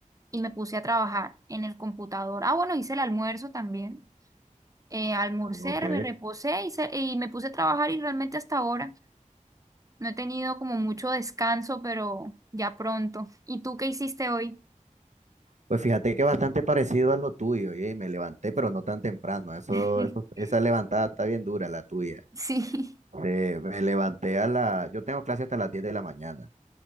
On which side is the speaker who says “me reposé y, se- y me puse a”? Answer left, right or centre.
Right